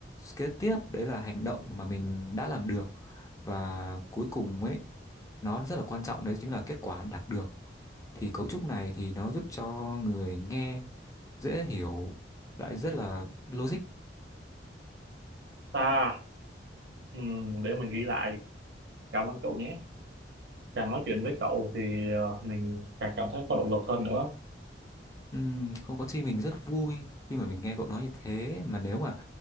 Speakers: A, on the left (about 20°); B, on the right (about 70°).
A: kế tiếp đấy là hành động mà mình đã làm được và cuối cùng ấy nó rất là quan trọng đấy chính là kết quả đạt được thì cấu trúc này thì nó giúp cho người nghe dễ hiểu lại rất là logic
B: ta ừm, để mình ghi lại cảm ơn cậu nhé càng nói chuyện với cậu thì ờ, mình càng cảm thấy có động lực hơn nữa
A: Ừm, không có chi mình rất vui khi mà mình nghe cậu nói như thế mà nếu mà